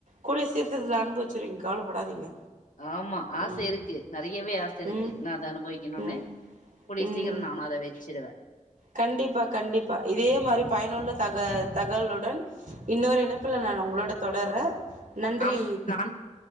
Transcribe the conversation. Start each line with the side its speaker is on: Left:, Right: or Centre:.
Right: கூடிற சீக்கர்துல அனுபவிச்சுர்வீங் கவலப்படாதீங்க
Left: ஆமா ஆச
Right: ம்
Left: இருக்கு நெறையவே ஆச இருக்கு
Right: ம்
Left: நான அத அனுபவிக்கணுனு
Right: ம்
Left: கூடிய
Right: ம்
Left: சீக்கிரோ நானு அத வெச்சிடுவே
Right: கண்டிப்பா கண்டிப்பா இதே மாரி பயனுள்ள தக தகவலுடன் இன்னொரு இணைப்புல நா உங்களோட தொடர்றே நன்றி
Left: ஆமா நான்